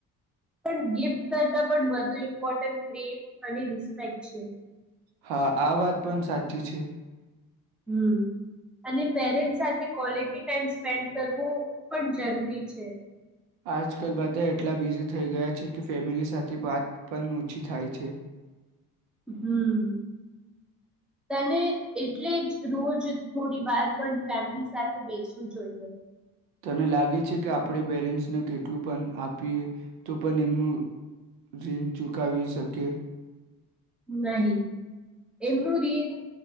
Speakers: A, in the centre; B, on the right.
A: પણ ગિફ્ટ કરતા પણ વધુ ઇમ્પોર્ટન્ટ પ્રેમ અને રિસ્પેક્ટ છે.
B: હા, આ વાત પણ સાચી છે.
A: હમ, અને પેરેન્ટ્સ સાથે ક્વોલિટી ટાઈમ સ્પેન્ડ કરવો પણ જરૂરી છે.
B: આજકાલ બધા એટલા બિઝી થઈ ગયા છે કે ફેમિલી સાથે વાત પણ ઓછી થાય છે.
A: હમ, તને એટલે જ રોજ થોડી વાર પણ ફેમિલી સાથે બેસવું જોઈએ.
B: તને લાગે છે કે આપણે પેરેન્ટ્સને કેટલું પણ આપીએ તો પણ એમનું રીણ ચૂકાવી શકે?
A: નહીં, એમનું રીણ